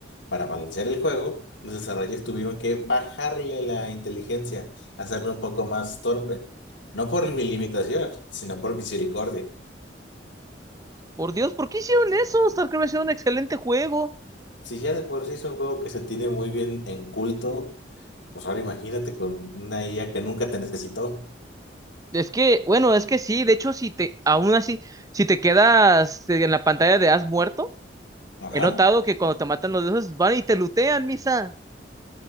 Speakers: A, on the left (about 85°); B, on the right (about 20°).
A: Para balancear el juego, los desarrolladores tuvieron que bajarle la inteligencia, hacerlo un poco más torpe. No por mi limitación, sino por misericordia.
B: por Dios, ¿por qué hicieron eso? StarCraft es un excelente juego.
A: Si ya de por sí es un juego que se tiene muy bien en culto, pues ahora imagínate con una IA que nunca te necesitó.
B: Es que, bueno, es que sí, de hecho, si te, aún así, si te quedas eh, en la pantalla de has muerto,
A: Ajá.
B: he notado que cuando te matan los de esos, van y te lutean, misa.